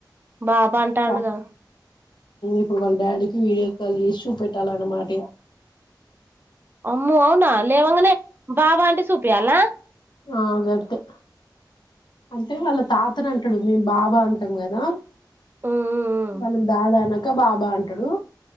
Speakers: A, on the right; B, on the left.
A: బాబా అంటాండగా
B: చ ఇప్పుడు వాళ్ళ డాడీకి వీడియో కాల్ ఇష్యూ పెట్టాలన్న మాట ఈగ
A: అమ్మో అవునా లేవ కనే బావా అంట స <unintelligible>
B: ఆ గతే అంటే వాళ్ళ తాతను అంటాడు మేం బాబా అని <unintelligible> గదా
A: ఉమ్
B: మనం దాదాన ఇంకా బాబా అంటాడు